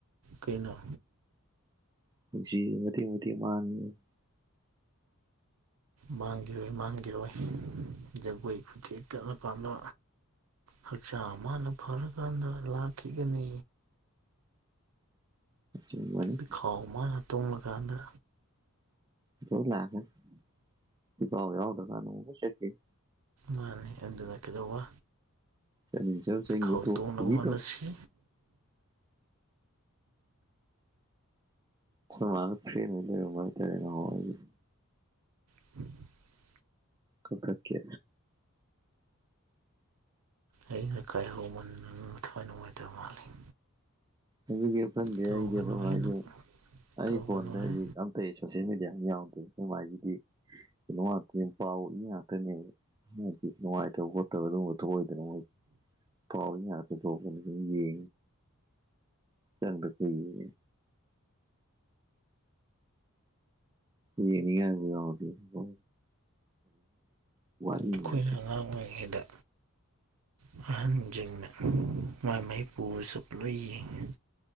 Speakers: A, on the right; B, on the right.
A: ꯀꯩꯅꯣ
B: ꯄꯨꯟꯁꯤꯁꯦ ꯃꯇꯦꯛ ꯃꯇꯦꯛ ꯃꯥꯥꯡꯉꯦꯕ
A: ꯃꯥꯡꯈꯤꯔꯣꯏ ꯃꯥꯡꯈꯤꯔꯣꯏ ꯖꯒꯣꯏ ꯈꯨꯊꯦꯛ ꯀꯠꯂꯀꯥꯟꯗ ꯍꯛꯆꯥꯡ ꯃꯅ ꯐꯔꯀꯥꯟꯗ ꯂꯥꯛꯈꯤꯒꯅꯤ
B: ꯎ
A: ꯏꯈꯧ ꯃꯅꯥ ꯇꯣꯡꯂ ꯀꯟꯗꯥ
B: ꯂꯣꯏ ꯂꯛꯀꯥꯅꯤ ꯐꯤꯈꯧ ꯃꯅꯥ ꯌꯧꯘ꯭ꯔꯥ ꯀꯟꯘꯥꯂꯣꯏ ꯆꯠꯈꯤꯅꯤ
A: ꯃꯥꯅꯤ ꯑꯗꯨꯅ ꯀꯩꯗꯧꯕ
B: ꯆꯠꯅꯤꯡ ꯆꯠꯂꯨ ꯆꯠꯅꯤꯡꯕ
A: ꯈꯥꯎ
B: ꯇꯣꯛꯎ
A: ꯇꯣꯡꯅꯕ
B: ꯀꯨꯁꯤ
A: ꯍꯣꯠꯅꯁꯤ
B: ꯇꯧ ꯑꯩꯈꯣꯏ ꯃꯥꯒꯥ ꯐ꯭ꯔꯦꯟ ꯑꯣꯔꯥ ꯂꯩꯔꯝꯕ ꯍꯥꯏꯇꯥꯔꯦꯅꯦ ꯉꯍꯟꯋꯥꯏꯒꯤꯘꯣ
A: <unintelligible> <inaudible>
B: ꯀꯛꯊꯠꯀꯦ
A: ꯑꯩꯅ ꯀꯥꯏ ꯍꯧꯃꯟꯘꯅꯥ ꯅꯊ꯭ꯋꯥꯏ ꯅꯨꯡꯉꯥꯏꯇꯕ ꯃꯥꯜꯂꯤ
B: ꯍꯧꯒꯤ ꯐꯟꯗꯦ
A: ꯇꯧꯒꯅꯨꯍꯦ
B: ꯑꯩꯒꯤ ꯑꯩꯁ
A: ꯅꯪ
B: ꯑꯩ
A: ꯇꯧꯒꯅꯨꯍꯦ
B: ꯐꯣꯟꯗꯦ ꯍꯧꯖꯤꯛ ꯑꯇꯩ ꯁꯣꯁꯦꯜ ꯃꯦꯗꯤꯌꯥ ꯑꯃ ꯌꯥꯎꯗ꯭ꯔꯦ ꯁ ꯍꯥꯏꯁꯤꯗꯤ ꯀꯣ ꯉꯥꯛꯇ ꯄꯥꯎ ꯏ ꯉꯥꯛꯇꯅꯦ ꯅꯨꯡꯉꯥꯏꯇꯕ ꯈꯣꯠꯇꯕ ꯑꯗꯨꯝꯕ ꯇꯑꯣꯏꯗꯅ ꯃꯣꯏ ꯄꯥꯎ ꯉꯥꯛꯇ ꯊꯣꯛꯣꯛꯗꯅ ꯁꯨꯝ ꯌꯦꯡꯉꯤ ꯆ ꯀ <unintelligible> ꯌꯦꯅꯤꯕꯗ ꯋꯥ <unintelligible>
A: ꯑꯩꯈꯣꯏꯅ ꯑꯉꯥꯡ ꯑꯣꯏꯔꯤꯉꯩꯗ <unintelligible> <inaudible> ꯑꯍꯟꯁꯤꯡꯅ ꯃꯥꯏ ꯃꯥꯏ ꯄꯨꯕꯁꯨ ꯄꯨꯂꯣꯏ ꯌꯦꯡꯉꯤ